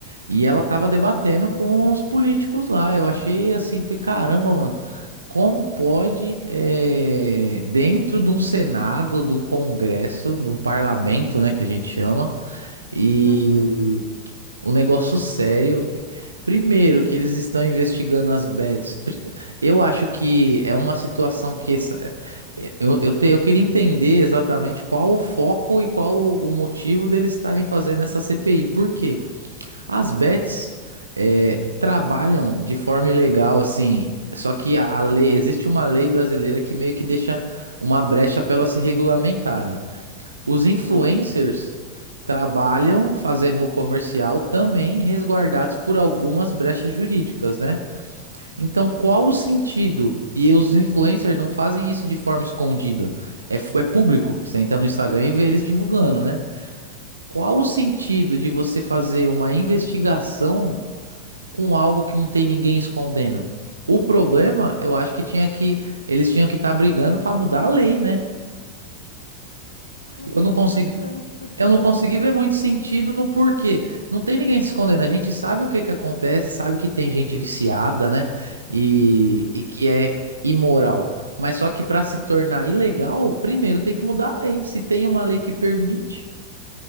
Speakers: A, on the right; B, on the left.
A: e ela tava debatendo com os políticos lá. Eu achei assim, foi caramba, mano. Como pode, eh, dentro de um Senado, de um Congresso, de um parlamento, né, que a gente chama, e
B: uhum,
A: o negócio sério. Primeiro, que eles estão investigando as bets. Pri- Eu acho que é uma situação que. essa- Eu, eu, te- eu queria entender exatamente qual o foco e qual o motivo deles estarem fazendo essa CPI. Por quê? As bets é, trabalham de forma ilegal, assim. Só que a a lei, existe uma lei brasileira que meio que deixa uma brecha para elas se regulamentarem. Os influencers
B: uhum.
A: trabalham fazendo o comercial também resguardados por algumas brechas jurídicas, né? Então, qual o sentido? E os influencers não fazem isso de forma escondida. É, f- é público. Você entra no Instagram e vê eles divulgando, né? Qual o sentido de você fazer uma investigação? com algo que não tem ninguém escondendo. O problema, eu acho que tinha que eles tinham que estar brigando para mudar a lei, né?
B: Me
A: Eu
B: pegou
A: não consegui,
B: bastante porque
A: eu não consegui ver muito sentido no porquê. Não tem ninguém se escondendo. A gente sabe o que que acontece, sabe que tem gente viciada, né? E, e que é imoral. Mas só que para se tornar ilegal, primeiro tem que mudar a lei. Se tem uma lei que permite,